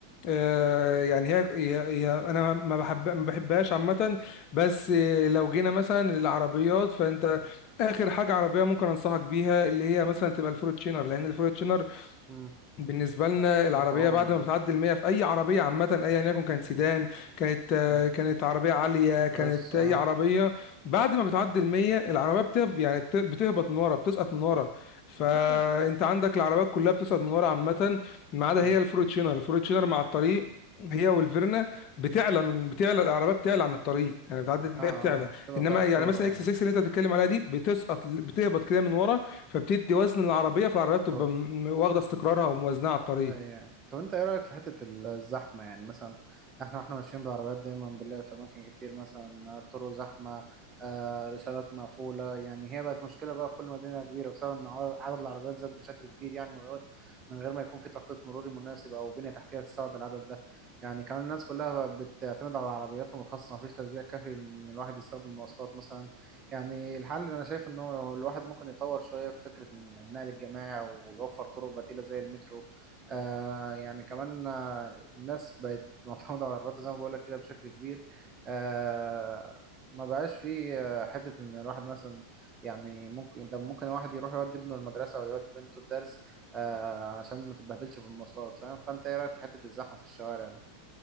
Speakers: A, on the left; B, on the right.
A: آه يعني هي, هي, هي انا ما ما بحب ما بحبهاش عامه بس آه، لو جينا مثلا للعربيات فانت اخر حاجه عربيه ممكن انصحك بيها اللي هي مثلا تبقى الفورتشينر لان الفورتشينر
B: مم.
A: بالنسبة لنا
B: بت-
A: العربية
B: بتعوم
A: بعد
B: يعني
A: ما بتعدي المية في أي عربية عامة أيا يكن كانت سيدان كانت آه،
B: مم.
A: كانت عربية عالية كانت
B: كروس اه
A: أي عربية بعد ما بتعدي المية العربية بتهب يعني بت- بتهبط من ورا بتسقط من ورا فأنت
B: ايوه
A: عندك العربيات كلها بتسقط من ورا عامة ما عدا
B: مم.
A: هي الفروتشينر الفروتشينر مع الطريق هي والفيرنا بتعلى من بتعلى العربيه بتعلى عن الطريق يعني بتعدي المية
B: اه
A: بتعلى
B: اه بتبقى
A: انما
B: فيها خطورة
A: يعني مثلا اكس 6 اللي انت بتتكلم عليها دي بتسقط بتهبط كده من ورا فبتدي وزن للعربيه فالعربيه بتبقى
B: يعني
A: م- واخده استقرارها وموازنها على الطريق
B: ايوه طب انت ايه رايك في حته الزحمه يعني مثلا احنا واحنا ماشيين بالعربيات دايما بنلاقي في اماكن كتير مثلا طرق زحمه آه الاشارات مقفوله يعني هي بقت مشكله بقى في كل مدينه كبيره بسبب ان عدد عدد العربيات زاد بشكل كبير يعني من غير من غير ما يكون في تخطيط مروري مناسب او بنيه تحتيه تستوعب العدد ده يعني كمان الناس كلها بقت بتعتمد على عربياتهم الخاصه مفيش تشجيع كافي ان الواحد يستخدم مواصلات مثلا يعني الحل اللي انا شايف انه الواحد ممكن يطور شويه في فكره النقل الجماعي ويوفر طرق بديله زي المترو آه يعني كمان آه الناس بقت معتمدة على العربيات زي ما بقولك كده بشكل كبير آه ما بقاش في آه، حتة إن الواحد مثلا يعني ممكن ده ممكن الواحد يروح يودي ابنه المدرسة أو يودي بنته الدرس آه عشان ما تتبهدلش في المواصلات فاهم فأنت إيه رأيك في حتة الزحمة في الشوارع دي؟